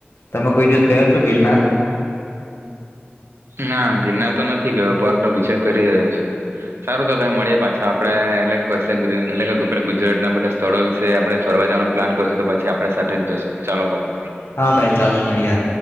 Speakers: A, on the left; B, on the right.
A: તમે કોઈ દિવસ ગયા છો ગિરનાર
B: ના ગિરના તો નથી ગયો પણનો વિચય કરી રહ્યો છું સારું તો ભાઈ મળીએ પાછા આપડે એટલે એટલે ગુજરાત ના બધા સ્થળો વિશે આપડે ફરવા જવાનો પ્લાન કરશું તો પછી આપડ સાથે જ જશું ચાલો ભાઈ
A: હા ભાઈ ચાલો મળ્યા